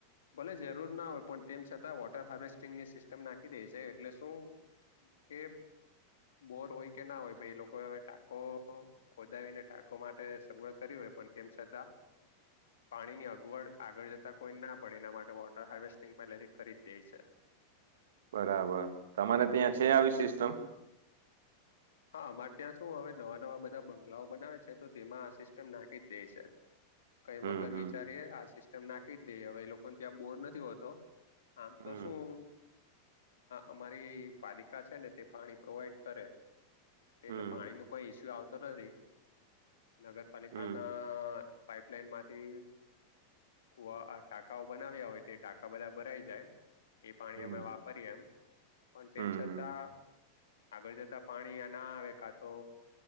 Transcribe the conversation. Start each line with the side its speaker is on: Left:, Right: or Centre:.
Left: ભલે જરૂર ના હોય પણ તેમ છતાં વોટર હાર્વેસ્ટિંગ ની સિસ્ટમ નાખી દે છે એટલે શું કે બોર હોય કે ના હોય ભ એ લોકો હવે ટાંકો ખોદાવીને ટાંકો માટે સગવડ કરી હોય પણ તેમ છતાં પાણી ની અગવડ આગળ જતા કોઈ ના પડે એના માટે વોટર હાર્વેસ્ટિંગ પહેલાથી કરી જ દે છે
Right: બરાબર તમારે ત્યાં છે આવી સિસ્ટમ
Left: હા અમારે ત્યાં શું હવે નવા નવા બધા બંગલાઓ બનાવે છે તો તેમાં આ સિસ્ટમ નાકી જ દે છે કઈ
Right: હમ
Left: વગર વિચારીએ આ સિસ્ટમ નાખી જ દઈએ હવે એ લોકોને ત્યાં બોર નથી હોતો આમ
Right: હમ
Left: તો શું અમારી પાલિકા છે ને તે પાણી પ્રોવાઈડ કરે એટલે
Right: હમ
Left: પાણી ન કોઈ ઈસ્યુ આવતો નથી નગરપાલિકા
Right: હમ
Left: ના
Right: હમ
Left: અ પાઈપલાઈન માંથી કુવા ટાકાઓ બનાવ્યા હોય તે ટાકા બધા ભરાઈ જાય એ પાણી
Right: હમ
Left: અમે વાપરીએ એમ પણ તેમ
Right: હમ
Left: છતાં
Right: હમ
Left: આગળ જતા પાણી ના આવે કા તો